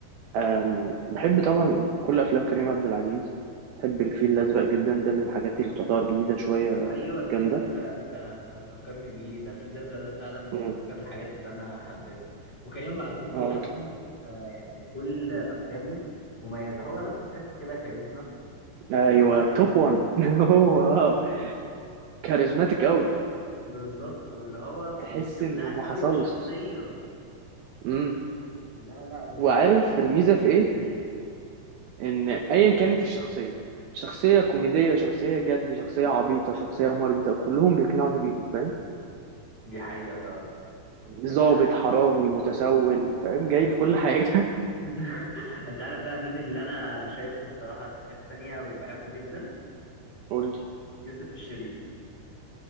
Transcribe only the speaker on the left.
ايوه الفيل
الازرق انت تفكرني بيه ده الفيل الازرق ده فعلا من
اكتر الحاجات اللي انا حبيتها وكريم عبد العزيز
فعلا آه يعني كل افلامه مميزه هو نفسه تحسه كده كاريزما
ومؤثر
وال...
<laughs>
بالظبط واللي هو بي...
بيقنعك
قوي
بالشخصيه
لا لا بجد
افلامه
في
حته
تانية
دي حقيقه فعلا
يعني
<laughs> انت عارف بقى مين اللي انا شايفه الصراحه في حته تانية وبحبه جدا
يوسف الشريف